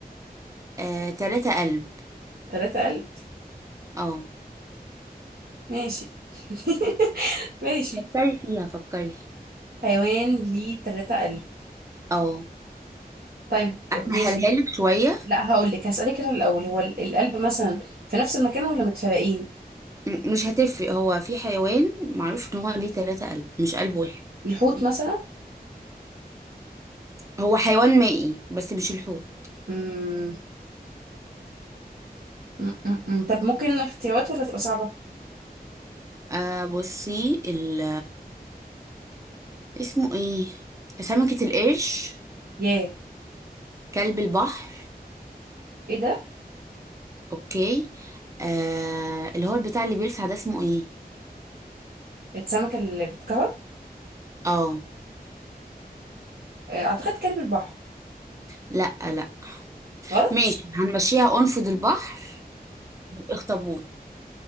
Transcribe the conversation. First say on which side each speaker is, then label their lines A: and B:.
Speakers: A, on the right; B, on the right.
A: آه، تلاتة قلب
B: 3000
A: اه
B: ماشي <laughs> ماشي
A: فكري فيها فكري
B: حيوان ليه تلاتة قلب
A: اه
B: طيب
A: اسهلها
B: ماشي
A: لك شويه
B: لا هقول لك هسألك انا الأول هو ال- القلب مثلا في نفس المكان ولا متفرقين
A: م- مش هتفرق هو في حيوان معروف ان هو ليه تلاتة قلب مش قلب واحد
B: الحوت مثلا
A: هو حيوان مائي بس مش الحوت
B: مم. مم. مم. مم. طب ممكن اختيارات ولا تبقى صعبة
A: آه بصي ال اسمه ايه سمكة القرش
B: ياه
A: كلب البحر
B: ايه ده
A: اوكي آه اللي هو بتاع اللي بيلسع ده اسمه ايه
B: السمكة اللي بتكهرب
A: اه
B: آه، اعتقد كلب البحر
A: لا لا
B: غلط
A: ماشي هنمشيها انفض البحر بالاخطبوط